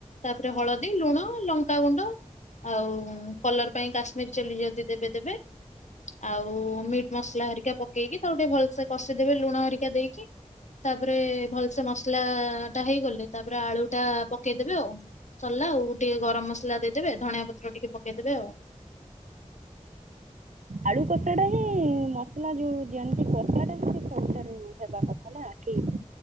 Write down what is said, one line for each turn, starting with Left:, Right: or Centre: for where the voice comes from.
Left: ତାପରେ ହଳଦୀ ଲୁଣ ଲଙ୍କାଗୁଣ୍ଡ ଆଉ କଲର ପାଇଁ କାଶ୍ମୀର ଚାଲି ଯଦି ଦେବେ ଦେବେ। ଆଉ ମିଟ୍ ମସଲା ହେରିକା ପକେଇକି ତାକୁ ଟିକେ ଭଲସେ କଷିଦେବେ ଲୁଣ ହେରିକା ଦେଇକି। ତାପରେ ଭଲସେ ମସଲା ଟା ହେଇଗଲେ ତାପରେ ଆଳୁ ଟା ପକେଇଦବେ ଆଉ। ସରିଲା ଆଉ ଟିକେ ଗରମ ମସଲା ଦେଇଦେବେ ଧଣିଆ ପତ୍ର ଟିକେ ପକେଇଦେବେ ଆଉ।
Right: ଆଳୁ କଷା ଟା ହିଁ ମସଲା ଯୋଉ ଦିଅନ୍ତି କଷା ଟା ହିଁ ସେ ସବୁଠାରୁ ହେବା କଥା ନା ଠିକ।